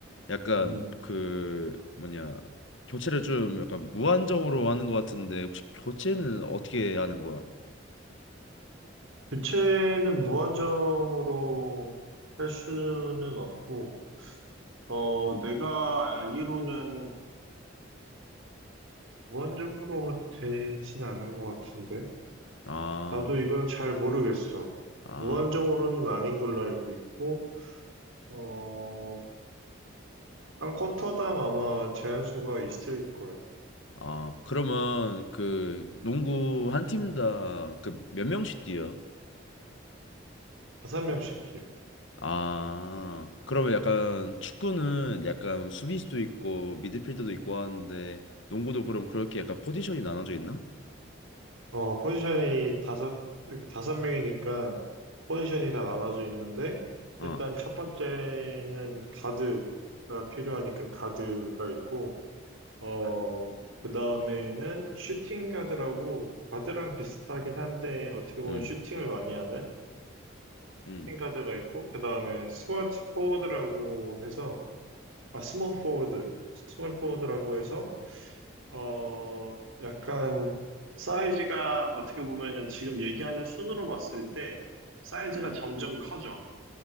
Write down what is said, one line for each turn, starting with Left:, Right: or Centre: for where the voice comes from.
Left: 약간
Right: 음.
Left: 그 뭐냐 교체를 좀 약간 무한정으로 하는 것 같은데 혹시 교체는 어떻게 하는 거야?
Right: 교체는 무한정으로 할 수는 없고, 어, 내가 알기로는 무한정으로 되진 않은 것 같은데?
Left: 아
Right: 나도 이건 잘 모르겠어.
Left: 아.
Right: 무한정으로는 아닌 걸로 알고 있고, 어, 한 쿼터당 아마 제한수가 있을 거예요.
Left: 아, 그러면 그 농구 한 팀 다 그 몇 명씩 뛰어?
Right: 다섯 명씩이요.
Left: 아, 그러면 약간 축구는 약간 수비수도 있고 미드필더도 있고 하는데 농구도 그럼 그렇게 약간 포지션이 나눠져 있나?
Right: 어, 포지션이 다섯, 이렇게 다섯 명이니까 포지션이 다 나눠져 있는데,
Left: 아,
Right: 일단 첫 번째는 가드가 필요하니까 가드가 있고, 어, 그 다음에는 슈팅 가드라고, 가드랑 비슷하긴 한데, 어떻게 보면
Left: 음,
Right: 슈팅을 많이 하는
Left: 음,
Right: 슈팅 가드가 있고, 그 다음에 스몰 포워드라고 해서, 아, 스몰 포워드, 스몰 포워드라고 해서, 어, 약간 사이즈가 어떻게 보면은 지금 얘기하는 순으로 봤을 때 사이즈가 점점 커져.